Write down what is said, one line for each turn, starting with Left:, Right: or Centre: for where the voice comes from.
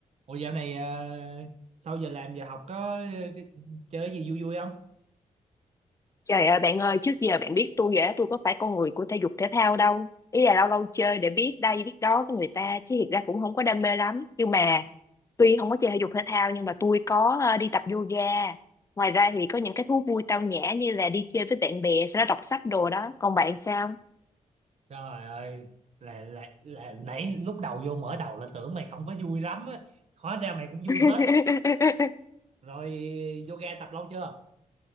Right: Ủa dạo này ờ, sau giờ làm giờ học có ờ, cái- chơi gì vui vui không?
Left: Trời ơi bạn ơi, trước giờ bạn biết tôi ghẻ tôi có phải con người của thể dục thể thao đâu. Ý là lâu lâu chơi để biết đây biết đó với người ta, chứ thiệt ra cũng không có đam mê lắm. Nhưng mà tuy không có chơi thể dục thể thao nhưng mà tôi có ờ, đi tập yoga. Ngoài ra thì có những cái thú vui tao nhã như là đi chơi với bạn bè, sau đó đọc sách đồ đó. Còn bạn sao?
Right: Trời ơi, là, là, là nãy lúc đầu vô mở đầu là tưởng mày không có vui lắm á, hóa ra mày cũng vui
Left: <laughs>
Right: phết. Rồi yoga tập lâu chưa?